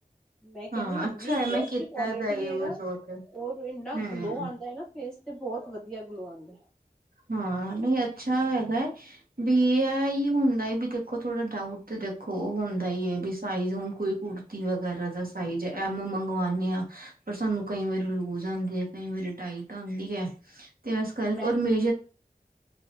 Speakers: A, in the centre; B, on the right.
A: ਮੈਂ ਕਹਿੰਨੀ
B: ਹਾਂ
A: ਇਨੀ
B: ਅੱਛਾ ਹੈ
A: ਬੈਸਟ
B: ਮੈਂ ਕੀਤਾ
A: ਕੁਆਲਿਟੀ
B: ਦਾ ਯੂਜ
A: ਏ ਨਾ
B: ਉਹ ਤੇ
A: ਔਰ ਇੰਨਾ
B: ਹਮ
A: ਗਲੋ ਆਂਦਾ ਨਾ ਫੇਸ ਤੇ ਬਹੁਤ ਵਧੀਆ ਗਲੋ ਆਂਦਾ
B: ਹਾਂ ਨਹੀਂ ਅੱਛਾ ਹੈਗਾ ਹੈ ਵੀ ਇਹ ਹੀ ਹੁੰਦਾ ਹੈ ਵੀ ਦੇਖੋ ਥੋੜਾ ਡਾਊਟ ਤੇ ਦੇਖੋ ਦੇਖੋ ਉਹ ਹੁੰਦਾ ਈ ਹੈ ਵੀ ਸਾਈਜ਼ ਹੁਣ ਕੋਈ ਕੁੜਤੀ ਵਗੈਰਾ ਦਾ ਸਾਈਜ ਐਮ ਮੰਗਵਾਣੇ ਆ ਪਰ ਸਾਨੂੰ ਕਈ ਵਾਰੀ ਲੂਜ ਆਂਦੀ ਹੈ ਕਈ ਵਾਰੀ ਟਾਈਟ ਆਂਦੀ ਹੈ ਤੇ ਇਸ
A: ਉਹ ਬ
B: <unintelligible> ਔਰ